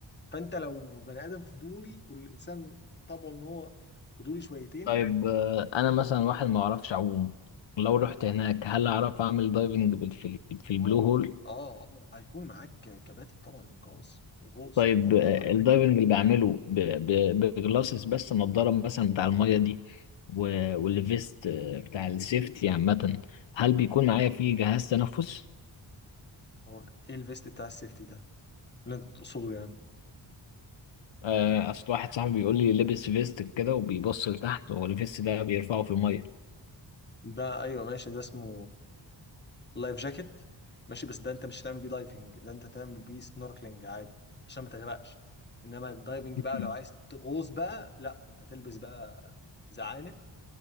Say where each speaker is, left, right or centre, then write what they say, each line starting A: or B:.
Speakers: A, on the left; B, on the left.
A: فانت لو بني ادم فضولي والانسان طبعا ان هو فضولي شويتين
B: طيب آه، انا مثلا واحد ما اعرفش اعوم لو رحت هناك هل اعرف اعمل دايفنج بال- في ال- في البلو
A: اه
B: هول
A: اه اه هيكون معاك كباتن طبعا انقاذ وغوص
B: طيب
A: هيكون
B: آه،
A: طبعا
B: الدايفنج اللي بعمله ب- ب- بجلاسس بس النضاره مثلا بتاع المية دي و- والفيست آه، بتاع السيفتي عامة هل بيكون معايا فيه جهاز تنفس
A: هو ايه الفيست بتاع السيفتي ده اللي انت تقصده يعني
B: آه، اصل واحد صاحبي بيقول لي لبس فيست كده وبيبص لتحت هو الفيست ده بيرفعه في الميه
A: ده ايوه ماشي ده اسمه لايف جاكيت ماشي بس ده انت مش هتعمل بيه دايفنج ده انت هتعمل بيه سنوركلينج عادي عشان ما تغرقش انما الدايفنج
B: مم.
A: بقى لو عايز تغوص بقى لا انت تلبس بقى زعانف